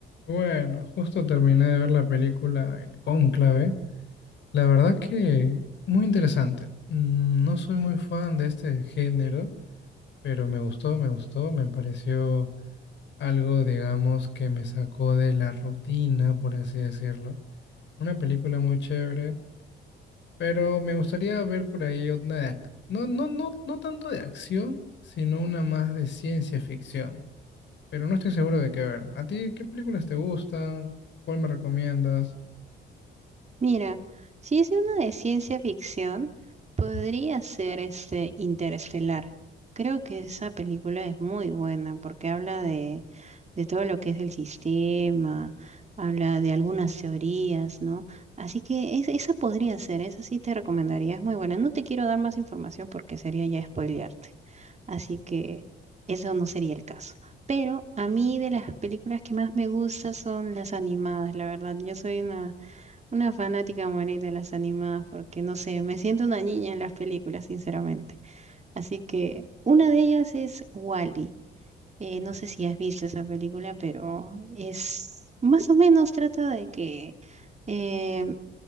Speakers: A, on the left; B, on the right.
A: Bueno, justo terminé de ver la película El Cónclave. La verdad que muy interesante. Mm, No soy muy fan de este género, pero me gustó, me gustó. Me pareció algo, digamos, que me sacó de la rutina, por así decirlo. Una película muy chévere, pero me gustaría ver por ahí una de ac- no, no, no, no tanto de acción, sino una más de ciencia ficción. Pero no estoy seguro de qué ver. ¿A ti qué películas te gustan? ¿Cuál me recomiendas?
B: Mira, si es una de ciencia ficción, podría ser este Interestelar. Creo que esa película es muy buena porque habla de, de todo lo que es el sistema, habla de algunas teorías, ¿no? Así que es- esa podría ser, esa sí te recomendaría, es muy buena. No te quiero dar más información porque sería ya spoilearte. Así que eso no sería el caso. Pero a mí de las películas que más me gustan son las animadas, la verdad. Yo soy una una fanática morir de las animadas porque no sé, me siento una niña en las películas, sinceramente. Así que una de ellas es Wally. no sé si has visto esa película, pero es más o menos trata de que eh,